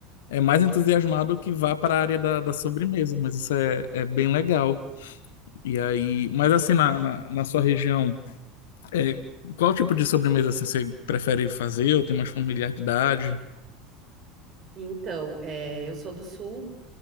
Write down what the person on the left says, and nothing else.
é mais entusiasmado que vá para a área da, da sobremesa, mas isso é, é bem legal. E aí, mas assim, na, na, na sua região, é, qual tipo de sobremesa assim, você prefere fazer ou tem mais familiaridade?